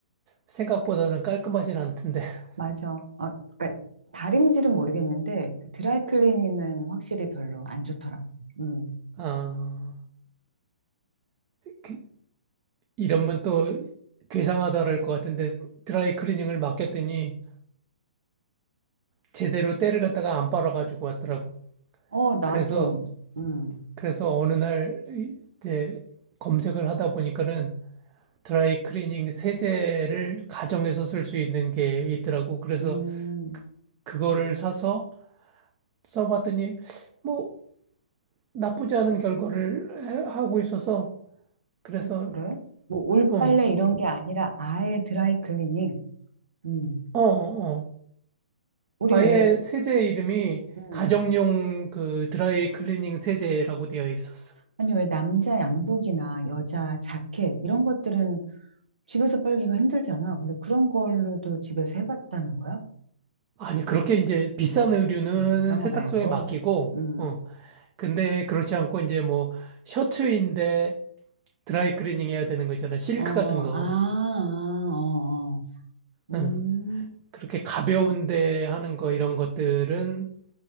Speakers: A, on the right; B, on the right.
A: 생각보다는 깔끔하진 않던데. <laughs>
B: 맞아. 어, 그러니까 다림질은 모르겠는데 그 드라이클리닝은 확실히 별로 안 좋더라고. 음.
A: 아, 그, 이러면 또 괴상하다랄 것 같은데 드라이 클리닝을 맡겼더니 제대로 때를 갖다가 안 빨아가지고 왔더라고.
B: 어, 나도.
A: 그래서,
B: 음.
A: 그래서 어느 날 이제 검색을 하다 보니까는 드라이 클리닝 세제를 가정에서 쓸 수 있는 게 있더라고. 그래서
B: 음.
A: 그거를 사서 써봤더니 뭐 나쁘지 않은 결과를 해- 하고 있어서 그래서
B: 어, 그래? 뭐 올빨래
A: 어, 어,
B: 이런 게 아니라 아예 드라이클리닝. 음.
A: 어. 어.
B: 우리
A: 아예
B: 왜
A: 세제 이름이
B: 음.
A: 가정용 그 드라이 클리닝 세제라고 되어 있었어.
B: 아니 왜 남자 양복이나 여자 자켓 이런 것들은 집에서 빨기가 힘들잖아. 근데 그런 걸로도 집에서 해봤다는 거야?
A: 아니 그렇게 이제 비싼 의류는
B: 아, 그런
A: 세탁소에
B: 거 말고.
A: 맡기고
B: 음.
A: 어. 근데 그렇지 않고 이제 뭐 셔츠인데 드라이 클리닝 해야 되는 거 있잖아. 실크
B: 어,
A: 같은 거.
B: 아, 아, 어, 어. 음,
A: 응. 그렇게 가벼운데 하는 거 이런 것들은